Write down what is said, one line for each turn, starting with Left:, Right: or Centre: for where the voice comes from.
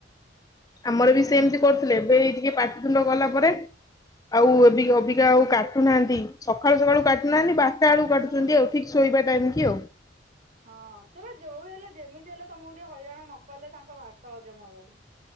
Left: ଆମର ବି ସେମିତି କରୁଥିଲେ ଏବେ ଏଇ ଟିକେ ପାଟିିତୁଣ୍ଡ ଗଲା ପରେ? ଆଉ ଏ <unintelligible> ଅବିକା ଆଉ କାଟୁନାହାନ୍ତି ସକାଳୁ ସକାଳୁ କାଟୁନାହାନ୍ତି ବାରଟା ବେଳକୁ କାଟୁଛନ୍ତି ଆଉ ଠିକ। ଶୋଇବା ଟାଇମ କି ଆଉ।
Right: ହଁ ସେ ବା ଯୋଉ ହେଲେ ଯେମିତି ହେଲେ ତମକୁ ଟିକେ ହଇରାଣ ନକଲେ ତାଙ୍କ ଭାତ ହଜମ ହବନି।